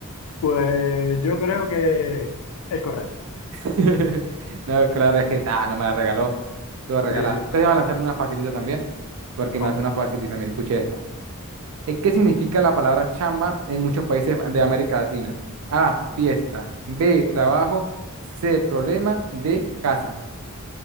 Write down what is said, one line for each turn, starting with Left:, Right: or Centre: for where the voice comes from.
Left: Pues yo creo que es correcta.
Right: <laughs> No, claro, es que ah, no me la regaló. Todo regalada.
Left: Sí, sí.
Right: Entonces voy a lanzarle una facilita también, porque
Left: Vamos.
Right: me hace una facilita. Mira, escuché esta. Eh, ¿Qué significa la palabra chamba en muchos países de América Latina? A, fiesta. B, trabajo. C, problema. D, casa.